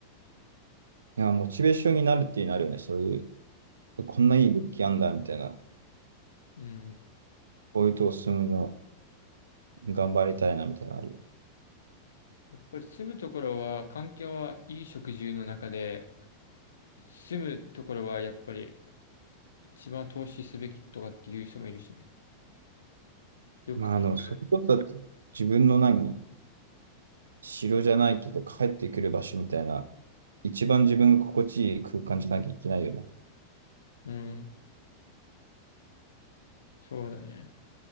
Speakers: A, on the right; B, on the left.
A: や、モチベーションになるっていうのあるよね。そういう、こんないい物件あんだみたいな。
B: うん。
A: こういうとこ住むの頑張りたいなみたいなのあるよね。
B: やっぱり住むところは、環境はいい食住の中で、住むところはやっぱり一番投資すべきとかっていう人もいるしね。よく聞く。
A: まあ、でもそれこそ自分の何、城じゃないけど帰ってくる場所みたいな、一番自分が心地いい空間じゃなきゃいけないよね。
B: うん。そうだね。